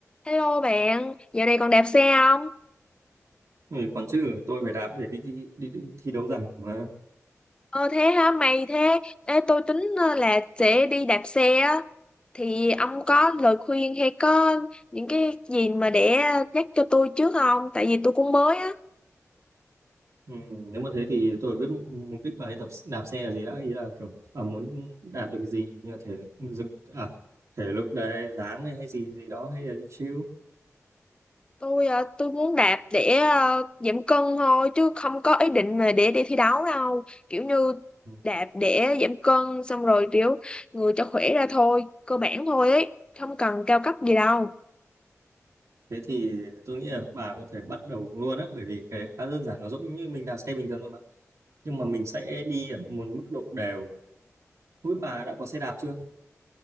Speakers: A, on the left; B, on the right.
A: Hello bạn, dạo này còn đạp xe không?
B: Ừ, còn chứ tôi phải đạp để đi, đi, đi, đi thi đấu rằng mà
A: Ờ thế hả mày thế? Ê, tôi tính ờ, là sẽ đi đạp xe á. Thì ông có lời khuyên hay có những cái gì mà để ờ, nhắc cho tôi trước không? Tại vì tôi cũng mới á.
B: ừ, nếu mà thế thì tôi biết mục đích bài tập đạp xe là gì đã ý là kiểu à muốn đạt được cái gì như là thể lực à, thể lực đấy dáng này hay gì gì đó hay là đi chill
A: Tôi ờ, tôi muốn đạp để ờ, giảm cân thôi chứ không có ý định là để đi thi đấu đâu. Kiểu như
B: ừ.
A: đạp để giảm cân xong rồi kiểu người cho khỏe ra thôi, cơ bản thôi ấy, không cần cao cấp gì
B: ừ.
A: đâu.
B: Thế thì tôi nghĩ là bà có thể bắt đầu luôn á bởi vì cái đấy khá đơn giản nó giống như mình đạp xe bình thường thôi mà nhưng mà mình sẽ đi ở một mức độ đều không biết bà đã có xe đạp chưa